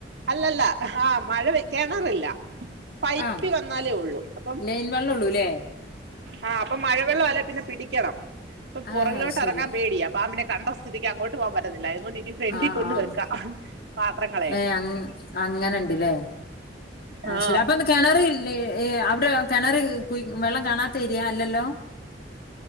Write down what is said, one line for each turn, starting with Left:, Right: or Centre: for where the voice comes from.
Right: അല്ലല്ല ആഹ മഴ കെണറില്ല പൈപ്പി
Left: ആഹ്
Right: വന്നാലേ ഉള്ളൂ അപ്പം
Left: ലൈൻ വെള്ളള്ളൂല്ലേ
Right: ആഹ അപ്പൊ മഴവെള്ളം അല്ലേ പിന്നെ പിടിക്കണം അപ്പ
Left: ആഹ്
Right: പുറകിലോട്ട്റങ്ങാൻ പേടിയാ പുറകോട്ട്
Left: ശരി
Right: ഇറങ്ങാൻ പേടിയാ പാമ്പിനെ കണ്ട സ്ഥിതിക്ക് അങ്ങോട്ട് പോവാൻപറ്റത്തില്ല അതുകൊണ്ട് ഇനി ഫ്രണ്ടി
Left: ആഹ്
Right: കൊണ്ടുവക്ക
Left: ആഹ്
Right: പാത്രങ്ങളെ
Left: ഏഹ് അങ്ങനെണ്ട്ല്ലേ
Right: ആ ആ
Left: ശരി അപ്പൊ കെണറില്ലേ ഏ അവിടെ കിണറി കുയ്‌ വെള്ളം കാണാതേരിയാ അല്ലല്ലോ